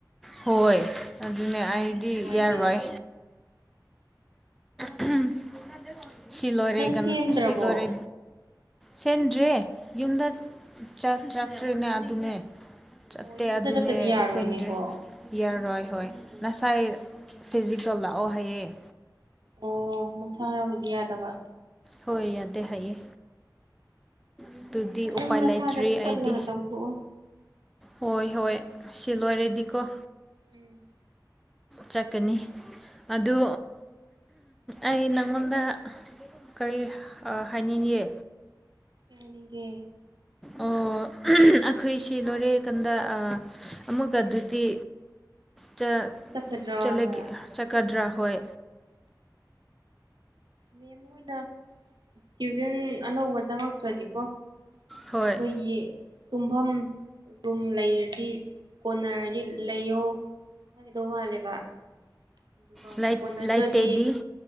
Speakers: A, in the centre; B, on the right.
A: ꯍꯣꯏ ꯑꯗꯨꯅꯦ ꯑꯩꯗꯤ
B: ꯅꯨꯡꯉꯥꯏꯇꯦꯅꯦ
A: ꯌꯥꯔꯣꯏ <unintelligible> ꯁꯤꯂꯣꯔꯦꯒꯟ
B: ꯅꯪ ꯁꯦꯝꯗ꯭ꯔꯕꯣ
A: ꯁꯤꯂꯣꯔ ꯁꯦꯝꯗ꯭ꯔꯦ ꯌꯨꯝꯗ ꯆꯛꯇ꯭ꯔꯦꯅꯦ ꯑꯗꯨꯅꯦ ꯆꯠꯇꯦ
B: ꯑꯣ ꯌꯨꯝꯗ
A: ꯑꯗꯨꯅꯦ
B: ꯆꯠꯇꯗꯤ ꯌꯥꯔꯣꯏꯅꯦꯀꯣ
A: ꯁꯦꯝꯗ꯭ꯔꯦ ꯌꯥꯔꯣꯏ ꯍꯣꯏ ꯉꯁꯥꯏ ꯐꯤꯖꯤꯛꯇꯣ ꯂꯥꯛꯑꯣ ꯍꯥꯏꯌꯦ
B: ꯑꯣ ꯃꯁꯥ ꯌꯥꯎꯕꯗꯤ ꯌꯥꯗꯕ
A: ꯍꯣꯏ ꯌꯥꯗꯦ ꯍꯥꯏꯌꯦ ꯑꯗꯨꯗꯤ
B: ꯍꯣꯏ ꯅꯪ
A: ꯎꯄꯥꯏ
B: ꯅꯁꯥꯗ
A: ꯂꯩꯇ꯭ꯔꯤ
B: ꯆꯠꯂꯒ
A: ꯑꯩꯗꯤ
B: ꯇꯧꯊꯣꯛꯑꯣ
A: ꯍꯣꯏ ꯍꯣꯏ ꯁꯤ ꯂꯣꯏꯔꯦꯗꯤꯀꯣ
B: ꯎꯝ
A: ꯆꯠꯀꯅꯤ ꯑꯗꯨ ꯑꯩ ꯅꯪꯉꯣꯟꯗ ꯀꯔꯤ ꯍꯥꯏꯅꯤꯡꯌꯦ
B: ꯀꯅꯤꯒꯦ
A: ꯑꯣ ꯑꯩꯈꯣꯏꯁꯤ ꯂꯣꯏꯔꯦꯀꯥꯟꯗ ꯑ ꯑꯃꯨꯛꯀ ꯑꯗꯨꯗꯤ ꯆꯠ
B: ꯆꯠꯀꯗ꯭ꯔꯥ
A: ꯆꯠꯂꯒꯦ
B: ꯍꯥꯏꯔ
A: ꯆꯠꯀꯗ꯭ꯔꯥ ꯍꯣꯏ
B: ꯃꯦꯝ ꯃꯣꯏꯅ ꯏꯁꯇ꯭ꯌꯨꯗꯦꯟ ꯑꯅꯧꯕ ꯆꯪꯉꯛꯇ꯭ꯔꯗꯤꯀꯣ
A: ꯍꯣꯏ
B: ꯑꯩꯈꯣꯏꯒꯤ ꯇꯨꯝꯐꯝ ꯔꯨꯝ ꯂꯩꯔꯗꯤ ꯀꯣꯟꯅꯔꯗꯤ ꯂꯩꯌꯣ ꯍꯥꯏꯒꯗꯧ ꯃꯥꯜꯂꯦꯕ ꯑꯗꯨꯒ
A: ꯂꯩ
B: ꯀꯣꯟꯅꯗ꯭ꯔꯗꯤ
A: ꯂꯩꯇꯦꯗꯤ